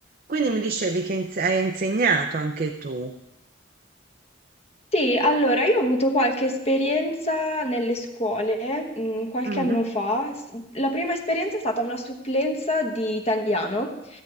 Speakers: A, on the right; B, on the left.
A: Quindi mi dicevi che inse- hai insegnato anche tu.
B: Sì, allora io ho avuto qualche esperienza nelle scuole, mh, qualche
A: Mhm,
B: anno fa. S- La prima esperienza è stata una supplenza di italiano,